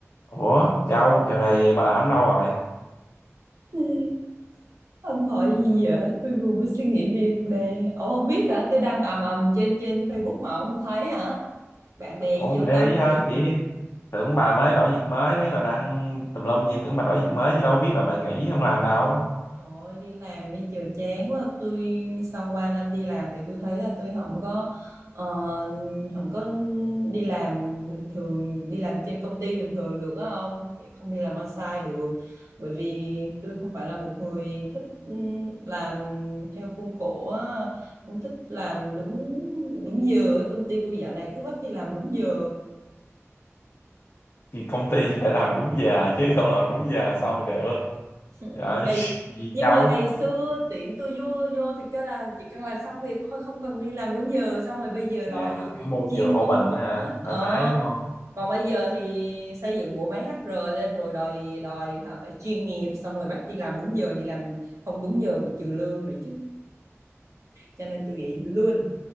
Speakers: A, on the left; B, on the right.
A: Ủa, Châu, dạo này bà làm đâu rồi?
B: Ê, Ông hỏi gì vậy? Tôi vừa mới suy nghĩ việc nè. Ông không biết hả? Tôi đang ầm ầm trên trên Facebook mà ông không thấy hả? Bạn bè
A: Cũng
B: gì
A: không
B: vô tâm
A: để ý
B: vậy?
A: lắm, chỉ tưởng bà mới đổi việc mới, thấy bà đăng tùm lum gì, tưởng bà đổi việc mới chứ đâu biết là bà nghỉ không làm đâu.
B: Trời ơi, đi làm đi chiều chán quá. Tôi sau 3 năm đi làm thì tôi thấy là tôi không có ờ, không có đi làm bình thường, đi làm trên công ty bình thường được á không không đi làm on-site được. Bởi vì tôi không phải là một người thích ừ, làm theo khuôn khổ á, không thích làm đúng đúng giờ ấy. Công ty tôi dạo này cứ bắt đi làm đúng giờ.
A: Thì công ty <laughs> phải làm đúng giờ chứ không làm đúng giờ sao mà được.
B: Ừ,
A: Trời,
B: ngày
A: <laughs> gì
B: nhưng
A: Châu?
B: mà ngày xưa tiện tôi vô vô thì kêu là chỉ cần làm xong việc thôi không cần đi làm đúng giờ xong rồi bây giờ đòi
A: À, là cái môi
B: chuyên
A: trường open
B: môn hóa
A: đó hả?
B: ờ
A: Thoải mái đúng không?
B: còn bây giờ thì xây dựng bộ máy HR lên rồi đòi đòi là phải chuyên nghiệp xong rồi bắt đi làm đúng giờ đi làm không đúng giờ bị trừ lương nữa chứ cho nên tôi nghĩ luôn